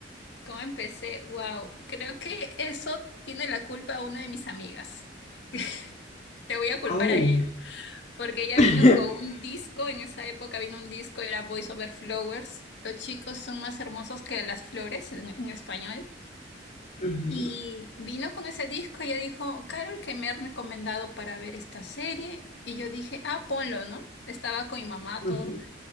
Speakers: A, on the left (about 65°); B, on the left (about 35°).
A: ¿Cómo empecé? Wow, creo que eso tiene la culpa una de mis amigas. <laughs> Te voy a culpar
B: Oh.
A: a ella, porque ella
B: <laughs>
A: vino con un disco, en esa época vino un disco, era Voice Over Flowers. Los chicos son más hermosos que las flores en, en español.
B: Ujú,
A: Y vino con ese disco y ella dijo, Carol, que me han recomendado para ver esta serie. Y yo dije, ah, ponlo, ¿no? Estaba con mi mamá,
B: ujú.
A: todo.